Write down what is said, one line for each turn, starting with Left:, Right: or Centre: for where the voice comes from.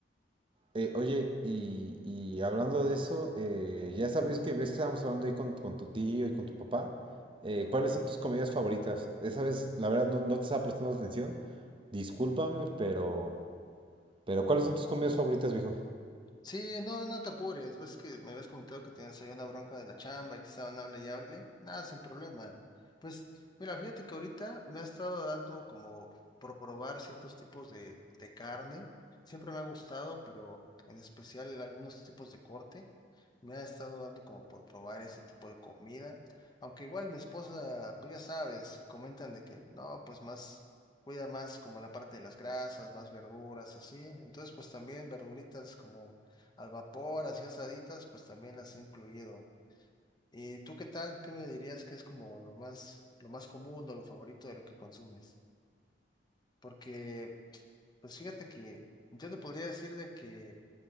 Right: Eh, oye, y, y hablando de eso, eh, ya sabes que ves que estábamos hablando ahí con, con tu tío y con tu papá. eh, ¿cuáles son tus comidas favoritas? Esa vez, la verdad, no, no te estaba prestando atención. Discúlpame, pero... Pero ¿cuáles son tus comidas favoritas, viejo?
Left: Sí, no, no te apures. Ves que me habías comentado que tenías ahí una bronca de la chamba y que estaban hable y hable. Nada, sin problema. Pues, mira, fíjate que ahorita me ha estado dando como por probar ciertos tipos de, de carne. Siempre me ha gustado, pero en especial algunos tipos de corte. Me ha estado dando como por probar ese tipo de comida. Aunque igual mi esposa, pues ya sabes, comentan de que no, pues más cuida más como la parte de las grasas, más verduras, así. Entonces, pues también verduritas como al vapor, así asaditas, pues también las he incluido. ¿Y tú qué tal? ¿Qué me dirías que es como lo más, lo más común o lo favorito de lo que consumes? Porque, pues fíjate que yo te podría decir de que